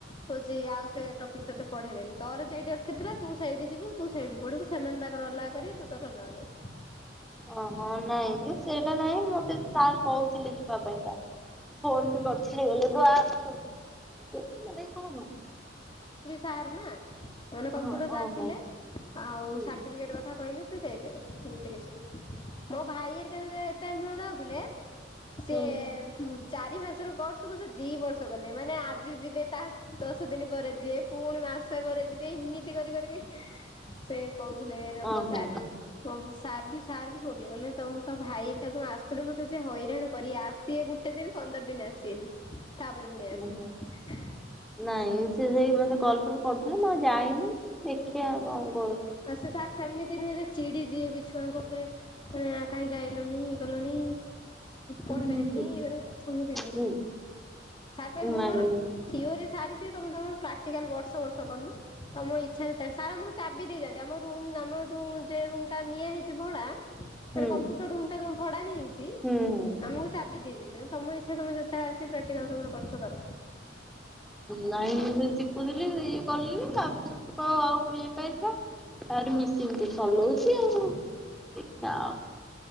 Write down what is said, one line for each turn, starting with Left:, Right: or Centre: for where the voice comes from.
Left: ହୋଉଛି ଆଉ ସେ ଟପିକ୍ ତତେ ପଢ଼େଇବେନି ତୋର ସେଇଠି ଅଟକି ଥିଲା ତୁ ସେଇଠି ଯିବୁ ତୁ ସେଇଠୁ ପଢିବୁ ସେମାନେ ତାଙ୍କର ଅଲଗା କରିବେ ତୁ ତୋର ଅଲ ର
Centre: ଓହୋ ନାଇଁଲେ ସେଇଟା ନାହିଁ ମତେ ସାର୍ କହୁଥିଲେ ଯିବା ପାଇଁକା। ଫୋନ ବି କରିଥିଲି ଗଲେ <unintelligible> ଆ ଆସ କଣ।
Left: ସାର ନା ମାନେ କମ୍ପୁଟର
Centre: ହଁ
Left: ସାର୍
Centre: ଓହୋ
Left: ଥିଲେ ଆଉ
Centre: ହୁଁ
Left: ସାର୍ଟିଫିକେଟ କଥା କହିଲେ ଦେଇଦେବେ ସେମିତି କିଛି ନାଇ ମୋ ଭାଇ ହେରିକା ଯେ ଯୋଉ ଟାଇମ୍ ରେ ଯାଉଥିଲେ ସିଏ
Centre: ହୁଁ
Left: ଚାରି ମାସରୁ କୋର୍ସ କୁ ସେ ଦି ବର୍ଷ ଗଲେ ମାନେ ଆଜି ଯିବେ ତା ଦଶ ଦିନ ପରେ ଯିବେ ପୁଣି ମାସ ପରେ ଯିବେ ଏମିତି କରି କରିକି ସେ କହୁଥିଲେ ରଙ୍ଗ
Centre: ଓହୋ
Left: ସାର କହୁଥିଲେ କଣ ସାର୍ ବି ସାର୍ ବି କହୁଥିଲେ କହିଲେ ତୋ ତୋ ଭାଇ ହେରିକା ଯୋଁଉ ଆସୁଥିଲେ ମତେ ସେ ହଇରାଣ କରିବେ ଆସିବେ ଗୋଟେ ଦିନ ପନ୍ଦର ଦିନ ସେମିତି ତା ପରେ ପୁଣି ଆସିବେ।
Centre: ଉଁ ହୁଁ ନାଇଁ ସେ ମତେ କଲ ପଲ୍ କରୁଥିଲେ ମୁଁ ଯାଇନି ଦେଖିବା କଣ ହୋଉଛି।
Left: ଆଉ ସେ ସାର୍ ସେମିତି ନୁହଁ ଯେ ଚିଡି ଯିଏ ବି ଛୁଆଙ୍କ ଉପରେ ମାନେ କାହିଁକି ଆଈଲୁନୀ ଇଏ କଲୁନି
Centre: ହୁଁ
Left: ପଢେଇ ପାରିବିନି ଇଏ କରିବିନି ସେମିତି ନୁହଁ
Centre: ହୁଁ
Left: ସାର୍ କହିଲେ ମୁଁ
Centre: ନାଇଁ
Left: ମୋର ଥିଓରି ସାର ଦିଏ ତମେ ତମ ପ୍ରାକ୍ଟୀକାଲ ବର୍ଷ ବର୍ଷ କରୁନ ତମ ଇଚ୍ଛା ଯେତେ ସାର ଆମକୁ ଚାବି ଦେଇ ଯାଆନ୍ତି ଆମ ରୁମ୍ ଆମ ଜେଉ ଯୋଉ ରୁମଟା ନିଆ ହେଇଛି ଭଡା ମାନେ
Centre: ହୁଁ
Left: କମ୍ପ୍ୟୁଟର ରୁମଟା ଯୋଉ ଭଡା ନିଆହେଇଛି
Centre: ହୁଁ ହୁଁ ହୁଁ
Left: ଆମକୁ ଚାବି ଦେଇଦେଲେ ତମ ଇଛା <inaudible> ତମେ ଯେତେବେଳେ ଆସି ପ୍ରାକ୍ଟିକାଲ ତମର କରୁଛ କର।
Centre: ନାଇଁ ମୁଁ ସେଇ ଶିଖୁଥିଲି ଇଏ କଲିି ତାପରେ ତ ଆଉ ଇଏ <inaudible> ତାପରେ ମିସିନ ତ ଚଲଉଛି ଆଉ, ଦେଖିବା ଆଉ।